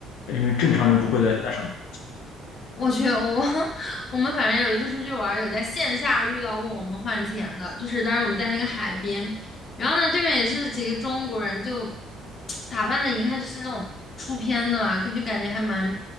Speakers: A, on the left; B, on the left.
A: 因为正常人不会在那上面。
B: 我去，我 <laughs> 我们反正有一次出去玩儿有在线下遇到问我们换钱的，就是当时我们在那个海边，然后呢，对面也是几个中国人，就打扮的一看就是那种出片的嘛，跟就感觉还蛮，